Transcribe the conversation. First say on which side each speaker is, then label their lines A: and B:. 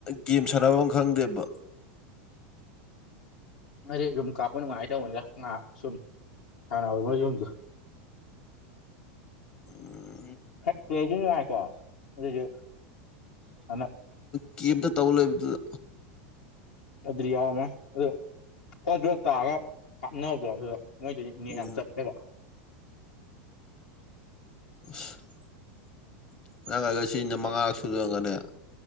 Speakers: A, on the left; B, on the left.
A: ꯒꯦꯝ ꯁꯥꯟꯅꯕ ꯈꯪꯗꯦꯕ
B: ꯑꯗꯨꯩ ꯔꯨꯝ ꯀꯥꯞꯄ ꯅꯨꯡꯉꯥꯏꯅ ꯇꯧꯕꯅꯤꯒ ꯉꯥꯏꯍꯥꯛ ꯁꯨꯝ ꯁꯥꯟꯅꯅꯕ ꯃꯣꯏ ꯔꯨꯝꯗꯣ
A: ꯎꯝ
B: ꯍꯦꯛ ꯀꯦꯁꯨ ꯅꯨꯡꯉꯥꯏꯀꯣ ꯑꯗꯨꯁꯨꯅ
A: ꯀꯤꯕꯇ ꯇꯧꯂ ꯏꯕꯗꯨꯗ
B: ꯑꯗꯨꯗꯤ ꯌꯥꯎꯔꯝꯃꯦ ꯑꯗꯨ ꯑꯣꯣ ꯭ꯔꯣꯞ ꯇꯥꯛꯑꯒ ꯀꯥꯞꯅꯕꯗꯣ ꯑꯗꯨꯗ ꯃꯣꯏ ꯑꯗꯨꯗꯤ ꯃꯤ
A: ꯎꯝ
B: ꯌꯥꯝ ꯆꯠꯇꯦꯕ
A: <unintelligible> ꯅꯪ ꯍꯥꯏꯒ ꯁꯤꯅ ꯃꯉꯥꯔ ꯁꯨꯗꯒꯅꯦ